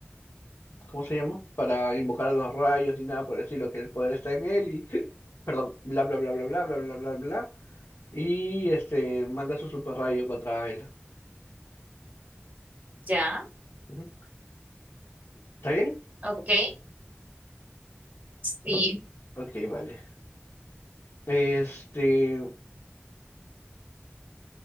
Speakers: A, on the left; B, on the right.
A: ¿cómo se llama? Para invocar a los rayos ni nada por el estilo, que el poder está en él y, <laughs> perdón, bla, bla, bla, bla, bla, bla, bla, bla, bla, bla. Y este, manda su super rayo contra él.
B: ya,
A: Ujú. ¿Está bien?
B: ok, sí.
A: Ro- Ok, vale. Este,